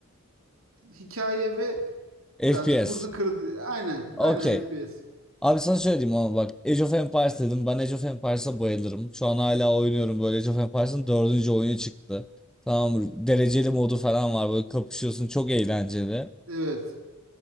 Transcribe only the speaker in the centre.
FPS.
Okey.
Abi sana şöyle diyeyim ama bak Age of Empires dedim. Ben Age of Empires'a bayılırım. Şu an hala oynuyorum böyle Age of Empires'ın dördüncü oyunu çıktı. Tamam dereceli modu falan var böyle kapışıyorsun çok eğlenceli.